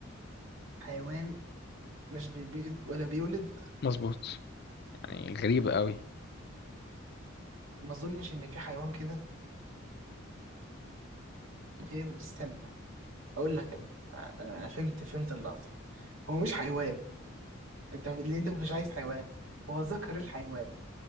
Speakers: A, on the right; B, on the left.
A: حيوان مش بيبيض ولا بيولد
B: مظبوط يعني غريبة قوي
A: ما أظنش إن في حيوان كده غير استنى أقول لك أنا أنا فهمت فهمت اللقطة هو مش حيوان أنت اللي أنت مش عايز حيوان هو ذكر الحيوان